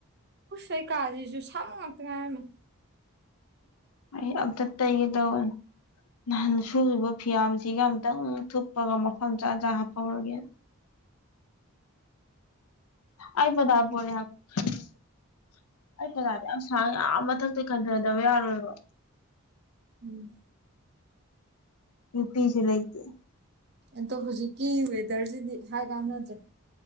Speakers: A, on the right; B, on the left.
A: ꯎꯁ ꯀꯩꯀꯥꯁꯤꯁꯨ ꯁꯕ ꯉꯥꯛꯇ ꯉꯥꯏꯔꯝꯃꯦ
B: ꯑꯩ ꯑꯝ ꯆ ꯇꯩꯒꯤꯗ ꯅꯍꯥꯟ ꯁꯨꯔꯤꯕ ꯐꯤꯌꯥꯝꯁꯤꯒ ꯑꯨꯇꯪ ꯊꯨꯞꯄꯒ ꯃꯐꯝ ꯆꯥ ꯆꯥ ꯍꯥꯞꯐꯧꯔꯒꯦꯅ <unintelligible> ꯑꯩ ꯄꯖꯥꯗꯤ ꯑꯁꯥ ꯌꯥꯝ ꯃꯊꯛꯇ ꯀꯟꯊꯗꯕ ꯌꯥꯔꯣꯏꯕ
A: ꯎꯝ
B: ꯌꯨ ꯄꯤꯁꯨ ꯂꯩꯇꯦ
A: ꯑꯗꯣ ꯍꯧꯖꯤꯛꯀꯤ ꯋꯦꯗꯔꯁꯤꯗꯤ ꯍꯥꯏ ꯀꯥꯟꯅꯗ꯭ꯔꯦ